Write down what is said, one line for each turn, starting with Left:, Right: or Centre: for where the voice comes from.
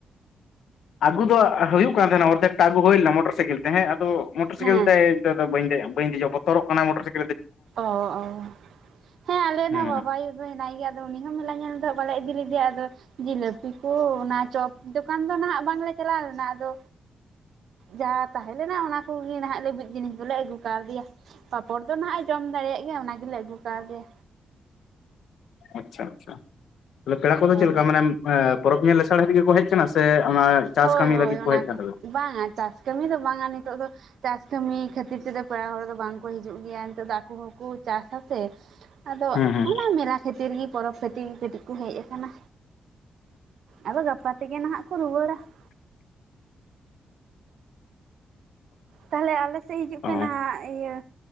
Left: ᱟᱹᱜᱩ ᱫᱚ ᱦᱩᱭᱩᱜ ᱠᱟᱱ ᱛᱟᱦᱮᱸᱱᱟ ᱚᱨᱫᱷᱮᱠ ᱴᱟ ᱟᱜᱩ ᱦᱩᱭ ᱞᱮᱱᱟ ᱢᱚᱴᱚᱨ ᱥᱟᱭᱠᱮᱞ ᱛᱮ ᱦᱮᱸ ᱟᱫᱚ ᱢᱚᱴᱚᱨ ᱥᱟᱭᱠᱮᱞ
Right: ᱦᱮᱸ
Left: ᱛᱮ ᱴᱷᱮᱡ ᱫᱚ ᱵᱟᱹᱧ ᱫᱮᱡ-ᱟ, ᱵᱟᱹᱧ ᱫᱮᱡᱚᱜᱼᱟ, ᱵᱚᱛᱚᱨᱚᱜ ᱠᱟᱱᱟᱭ ᱢᱚᱴᱚᱨ ᱥᱟᱭᱠ
Right: ᱚ ᱚ ᱦᱮᱸ ᱟᱞᱮ
Left: ᱦᱮᱸ
Right: ᱱᱟ ᱵᱟᱵᱟᱭᱩ ᱫᱚ ᱦᱮᱱᱟᱭ ᱜᱮᱭᱟ ᱟᱫᱚ ᱩᱱᱤ ᱦᱚᱸ ᱢᱮᱞᱟ ᱧᱮᱞ ᱫᱚ ᱦᱟᱜ ᱵᱟᱞᱮ ᱤᱫᱤ ᱞᱮᱫᱮᱭᱟ ᱟᱫᱚ ᱡᱤᱞᱟᱹᱯᱤ ᱠᱚ ᱚᱱᱟ ᱪᱚᱯ ᱫᱚᱠᱟᱱ ᱫᱚ ᱱᱟ-ᱦᱟᱜ ᱵᱟᱝᱞᱮ ᱪᱟᱞᱟᱣ ᱞᱮᱱᱟ ᱟᱫᱚ, ᱡᱟᱦᱟᱸ ᱛᱟᱦᱮᱸᱞᱮᱱᱟ ᱚᱱᱟ ᱠᱚᱜᱮ ᱱᱟᱦᱟᱜ ᱞᱟᱹᱵᱤᱫ ᱡᱤᱱᱤᱥ ᱴ ᱫᱚᱞᱮ ᱟᱹᱜᱩ ᱠᱟᱣᱫᱮᱭᱟ ᱯᱟᱯᱚᱲ ᱫᱚ ᱱᱟᱦᱟᱜ ᱮ ᱡᱚᱢ ᱫᱟᱲᱮᱭᱟᱜ ᱜᱮᱭᱟ ᱚᱱᱟᱱᱟᱜᱮᱞᱮ ᱟᱹᱜᱩ ᱠᱟᱫᱮᱭᱟ
Left: ᱟᱪᱪᱷᱟ ᱟᱪᱪᱷᱟ ᱛᱟᱦᱞᱮ ᱯᱮᱲᱟ ᱠᱚᱫᱚ
Right: ᱦᱳᱭ
Left: ᱪᱮᱫᱞᱮᱠᱟ ᱢᱟᱱᱮᱢ ᱯᱚᱨᱚᱵᱽ ᱧᱮᱞ ᱞᱮᱟᱥᱟᱲᱦᱮᱫ ᱛᱮᱜᱮ ᱠᱚ ᱦᱮᱡ ᱟᱠᱟᱱᱟ ᱥᱮ ᱚᱱᱟ ᱪᱟᱥ
Right: ᱦᱳᱭ
Left: ᱠᱟᱹᱢᱤ
Right: ᱦᱳᱭ
Left: ᱞᱟᱹᱜᱤᱫ ᱠᱚ
Right: ᱚᱱᱟ
Left: ᱦᱮᱡ ᱟᱠ ᱛᱟᱯᱮᱭᱟ?
Right: ᱵᱟᱝ-ᱟ ᱪᱟᱥ ᱠᱟᱹᱢᱤ ᱫᱚ ᱵᱟᱝ-ᱟ ᱱᱤᱛᱚᱜ ᱫᱚ ᱪᱟᱥ ᱠᱟᱹᱢᱤ ᱠᱷᱟᱹᱛᱤᱨ ᱛᱮᱫᱚ ᱯᱮᱲᱟ ᱦᱚᱲ ᱫᱚ ᱵᱟᱝᱠᱚ ᱦᱤᱡᱩᱜ ᱜᱮᱭᱟ ᱱᱤᱛᱚᱜ ᱫᱚ ᱟᱠᱚ ᱦᱚᱸᱠᱚ ᱪᱟᱥ ᱟᱥᱮ, ᱟᱫᱚ
Left: ᱦᱮᱸ ᱦᱮᱸ
Right: ᱚᱱᱟ ᱢᱮᱞᱟ ᱠᱷᱟᱹᱛᱤᱨ ᱜᱮ ᱯᱚᱨᱚᱵᱽ ᱠᱷᱟᱛᱤᱨ ᱠᱟᱹᱴᱤᱡ ᱠᱚ ᱦᱮᱡ ᱟᱠᱟᱱᱟ ᱟᱫᱚ ᱜᱟᱯᱟ ᱛᱮᱜᱮ ᱱᱟᱦᱟᱜ ᱠᱚ ᱨᱩᱣᱟᱹᱲᱟ ᱾ ᱛᱟᱦᱞᱮ ᱟᱞᱮ ᱥᱮᱫ ᱦᱤᱡᱩᱜ
Left: ᱚ
Right: ᱯᱮ ᱱᱟᱦᱟᱜ ᱤᱭᱟᱹ